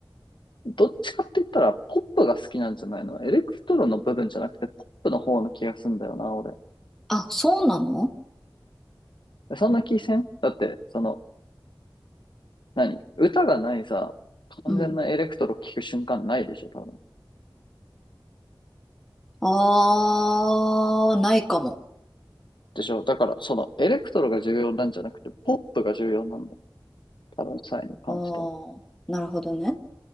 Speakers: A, on the left; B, in the centre.
A: どっちかって言ったら、ポップが好きなんじゃないのエレクトロの部分じゃなくて、ポップの方の気がすんだよな、俺。
B: あ、そうなの
A: そんな気せんだって、その、何歌がないさ、完全なエレクトロ聴く瞬間ないでしょ、
B: うん
A: 多分。
B: あー、ないかも。
A: でしょだから、その、エレクトロが重要なんじゃなくて、ポップが重要なんだよ。多分、サイに関しては。
B: あー、なるほどね。